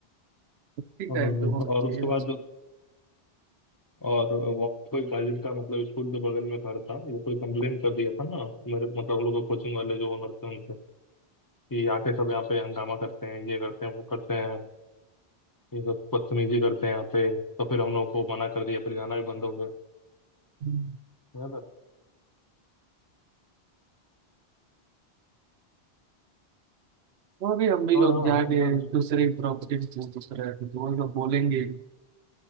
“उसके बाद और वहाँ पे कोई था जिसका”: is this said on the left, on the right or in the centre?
Left